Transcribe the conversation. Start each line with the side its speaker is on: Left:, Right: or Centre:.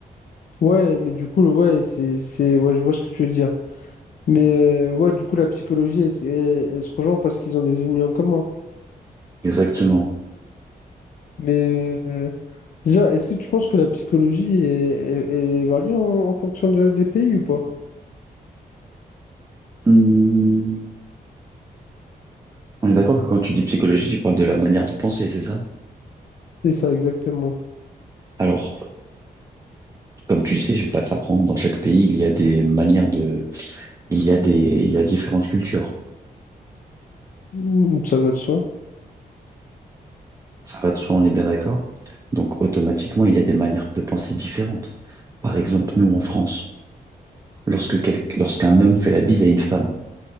Left: Ouais, mais du coup, le- ouais, c'est, c'est, ouais, je vois ce que tu veux dire. Mais euh, ouais, du coup, la psychologie, elle, elle- elle se rejoint parce qu'ils ont des ennemis en commun.
Right: Exactement.
Left: Mais euh, déjà, est-ce que tu penses que la psychologie est, est- est variée en, en fonction de- des pays ou pas?
Right: Hmm, On est d'accord que quand tu dis psychologie, tu parles de la manière de penser, c'est ça?
Left: C'est ça exactement.
Right: Alors, comme tu sais, je vais pas te l'apprendre, dans chaque pays, il y a des manières de, il y a des, il y a différentes cultures.
Left: Hmm, Ça va de soi.
Right: Ça va de soi, on est bien d'accord? Donc, automatiquement, il y a des manières de penser différentes. Par exemple, nous, en France, lorsque quel- lorsqu'un homme fait la bise à une femme,